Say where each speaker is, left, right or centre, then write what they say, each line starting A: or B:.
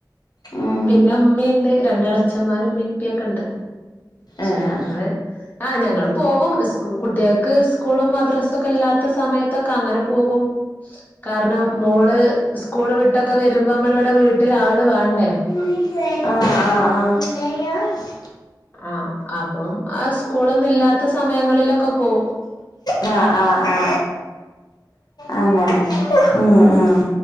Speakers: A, on the left (about 60°); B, on the left (about 25°).
A: ഉം
B: പിന്നെ ഉമ്മയുണ്ട് രണ്ട്എള ച്ഛന്മാര് ഇമ്മീം ഇപ്പിയൊക്കെണ്ട് ക്ഷെ
A: ആഹ്
B: ഞങ്ങള് ആ ഞങ്ങള് പോവും സ്കൂ കുട്ടികൾക്ക് സ്കൂളും മദ്രസ ഒക്കെ ഇല്ലാത്ത സമയത്തൊക്കെ അങ്ങനെ പോകും കാരണം മോള് സ്‌കൂള് വിട്ടൊക്കെ വരുമ്പ നമ്മള് ഇവിടെ വീട്ടില് ആള് വണ്ടേ
A: ആ ആ ആ
B: ആ അപ്പം ആ സ്കൂളൊന്നും ഇല്ലാത്ത സമയങ്ങളിലൊക്കെ പോവും
A: ആ ആ ആ അങ്ങനെ
B: ഉം
A: ഉം ഉം ഉം